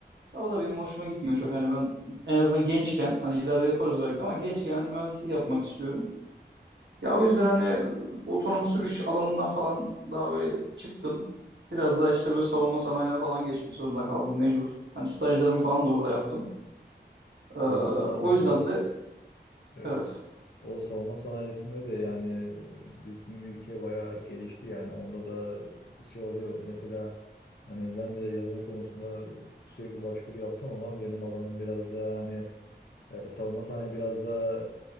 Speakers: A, on the right; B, on the left.
A: Ya o da benim hoşuma gitmiyor çok. Hani ben en azından gençken hani ileride yaparız belki ama gençken hani mühendislik yapmak istiyorum. Ya o yüzden hani e, otonom sürüş alanından falan daha böyle çıktım. Biraz daha işte böyle savunma sanayine falan geçmek zorunda kaldım mecbur. Hani stajlarımı falan da orada yaptım. Ee, o
B: savunma sanayinde
A: yüzden
B: de
A: de
B: Evet.
A: evet
B: O savunma sanayisinde de yani e, bizim ülke bayağı gelişti yani onda da bir şey oluyor. Mesela hani ben de yazılım konusunda sürekli başvuru yaptım ama benim alanım biraz da hani ee, savunma sanayi biraz da